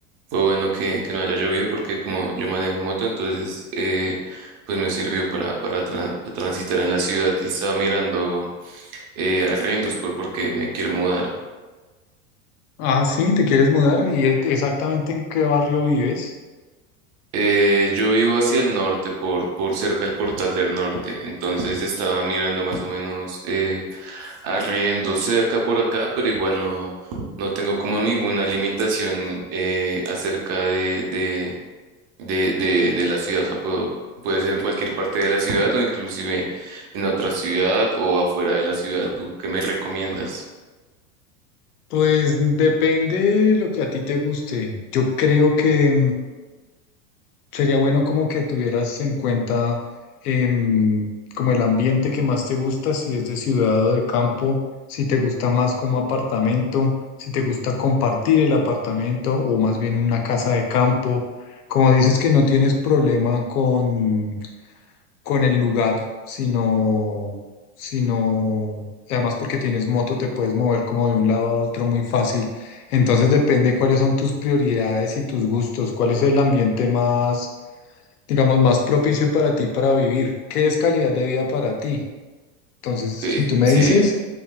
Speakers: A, on the right; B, on the left.
A: fue bueno que, que no haya llovido porque como yo manejo moto, entonces eh, pues me sirvió para, para tran- transitar en la ciudad y estaba mirando eh, arriendos por porque me quiero mudar.
B: Ah, sí, ¿te quieres mudar? ¿Y e- exactamente en qué barrio vives?
A: Eh, yo vivo hacia el norte, por, por cerca del Portal del Norte, entonces estaba mirando más o menos eh, arriendo cerca por acá, pero igual no, no tengo como ninguna limitación eh, acerca de, de, de, de, de la ciudad, o sea, puedo, puede ser en cualquier parte de la ciudad o inclusive en otra ciudad o afuera de la ciudad. ¿Tú qué me recomiendas?
B: Pues depende de lo que a ti te guste. Yo creo que Sería bueno como que tuvieras en cuenta em, como el ambiente que más te gusta, si es de ciudad o de campo, si te gusta más como apartamento, si te gusta compartir el apartamento o más bien una casa de campo. Como dices que no tienes problema con, con el lugar, sino, sino, además porque tienes moto, te puedes mover como de un lado a otro muy fácil. Entonces depende cuáles son tus prioridades y tus gustos, cuál es el ambiente más digamos, más propicio para ti para vivir. ¿Qué es calidad de vida para ti? Entonces,
A: Ok,
B: si tú me
A: sí,
B: dices,